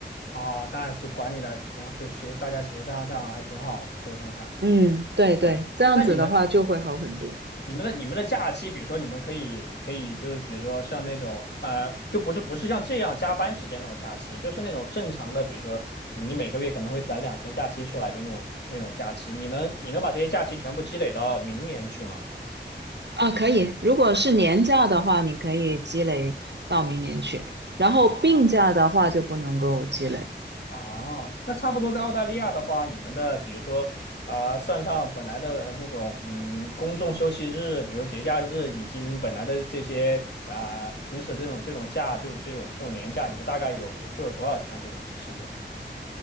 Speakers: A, on the left (about 65°); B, on the right (about 65°).
A: 啊，那去管理的还是挺好，就协大家协商上还挺好的，沟通上。
B: 嗯，对对，
A: 对，
B: 这样子的话就会好很多。
A: 那你们你们的你们的假期，比如说你们可以可以就是比如说像那种呃，就不是不是像这样加班时间那种假期，就是那种正常的，比如说你每个月可能会攒两天假期出来，就那种那种假期，你能你能把这些假期全部积累到明年去吗？
B: 啊，可以。如果是年假的话，你可以积累到明年去，然后病假的话就不能够积累。
A: 啊。哦，那差不多在澳大利亚的话，你们的比如说啊、算上本来的呃那种嗯公众休息日，比如节假日，以及你们本来的这些啊、平时的这种这种假，就这种这种年假，你们大概有有就有多少天这种时间？